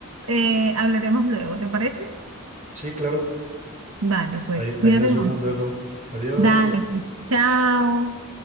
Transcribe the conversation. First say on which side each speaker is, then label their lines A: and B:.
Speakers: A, on the right (about 75°); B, on the right (about 35°).
A: eh, hablaremos luego, ¿te parece?
B: Sí, claro.
A: Vale, pues,
B: Ahí,
A: cuídate
B: ahí nos
A: mucho.
B: vemos luego. Adiós.
A: Dale, pues. Chao.